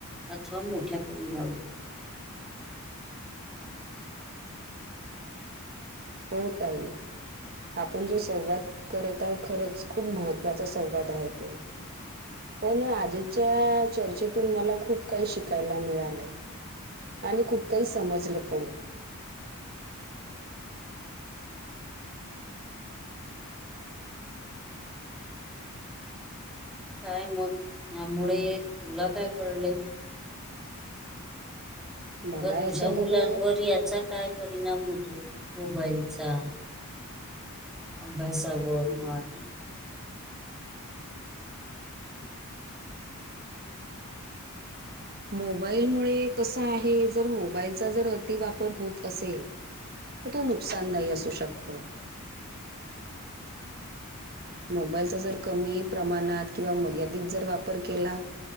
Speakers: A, in the centre; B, on the right.
A: अथवा मोठ्यापणी लावले
B: हो ताई. आपण जो संवाद करत आहो खरंच खूप महत्त्वाचा संवाद आहे तो. पण आजीच्या चर्चेतून मला खूप काही शिकायला मिळालं. आणि खूप काही समजलं पण.
A: काय मग. यामुळे तुला काय कळले? किंवा
B: मला
A: तुझ्या
B: याच्यामध्ये
A: मुलांवर याचा काय परिणाम होतो. मोबाईलचा? अभ्यासा वर म्हण.
B: मोबाईल मुळे कस आहे, जर मोबाईलचा जर अतिवापर होत असेल तर तो नुकसानदायी असू शकतो. मोबाईलचा जर कमी प्रमाणात किंवा मर्यादित जर वापर केला